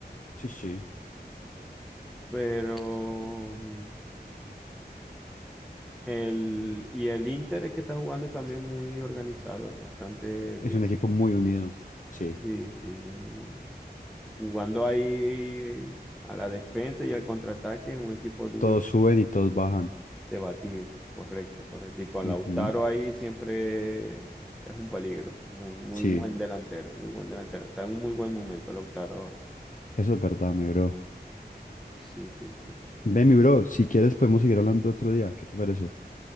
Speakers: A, on the left; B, in the centre.
A: Sí, sí.
B: Pero mm, el, y el Inter es que está jugando también muy organizado, bastante bien.
A: Es un equipo muy unido. Sí.
B: Sí, sí. un- Jugando ahí a la defensa y al contraataque es un equipo duro
A: Todos suben y todos bajan.
B: de batir. Correcto, correcto. Y con
A: Ujú,
B: Lautaro ahí siempre es un peligro. Muy, muy
A: Sí,
B: buen delantero, muy buen delantero. Está en un muy buen momento Lautaro ahora.
A: eso es verdad, mi bro.
B: Sí, sí, sí.
A: Ve, mi bro, si quieres podemos seguir hablando otro día. ¿Qué te parece?